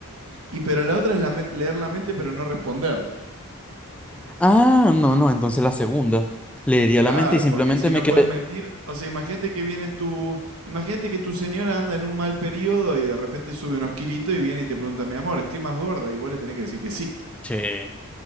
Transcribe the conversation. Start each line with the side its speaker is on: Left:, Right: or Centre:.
Right: Y pero la otra es la leer la mente, pero no responder.
Centre: Ah, no, no, entonces la segunda. Leería
Right: Claro,
Centre: la mente y simplemente
Right: porque si
Centre: me
Right: no
Centre: quedé.
Right: puedes mentir, o sea, imagínate que viene tu, imagínate que tu señora anda en un mal periodo y de repente sube unos kilitos y viene y te pregunta, mi amor, estoy más gorda, y vos le tenés que decir que sí.
Centre: Che,